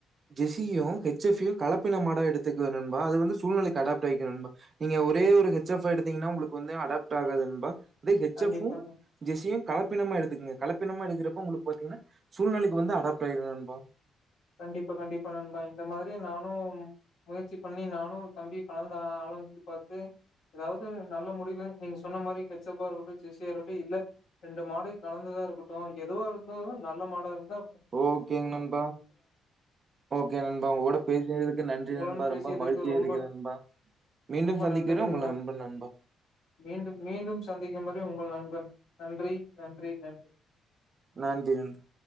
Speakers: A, on the right; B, on the left.
A: ஜெசியும் ஹச் எஃப்பயு கலப்பின மாடா எடுத்துக்கொங்க நண்பா அது வந்து சூழ்நிலைக்கு அடாப்ட் ஆய்க்கு நண்பா நீங்க ஒரே ஒரு ஹெச் எஃப் எடுத்தீங்னா உங்களுக்கு வந்து அடாப்ட் ஆகாது நண்பா அதே ஹெச்
B: கண்டிப்பா
A: எஃப்பு ஜெசியு கலப்பினமா எடுத்துகுங்க கலப்பினமா எடுக்குறப்ப உங்ளுக்கு பாத்தீங்னா சூழ்நிலைக்கு வந்து அடாப்ட் ஆயிரு நண்பா
B: கண்டிப்பா கண்டிப்பா நண்பா இந்த மாத்ரியே நானு முயற்சி பண்ணி நானு தம்பியு கலந்து ஆராஞ்சு பாத்து ஏதாவது நல்ல முடிவு நீங்க சொன்ன மாரி கெச் ஃசெப்பா இரு ஜெஸ்சி வெரட்டி இல்ல ரெண்டு மாடு கலந்ததா இருக்கட்டு எதுவாருந்தாலு நல்ல மாடா ருந்தா
A: ஓகேங் நண்பா ஓகே நண்பா உங்க கூட பேசுறக்கு நன்றி
B: உங்களுடன்
A: நண்பா
B: பேசியதுக்கு
A: ரொம்ப மகிழ்ச்சியா
B: ரொம்ப
A: ருக்கு நண்பா மீண்டும்
B: ரொம்ப
A: சந்திக்கிறேன்
B: நன்றி நண்பா
A: உங்கள் அன்பு நண்பா
B: மீண்டும் மீண்டும் சந்திக்கும் வரை உங்கள் நண்பன் நன்றி நன்றி நன்றி
A: நன்றி நன்றி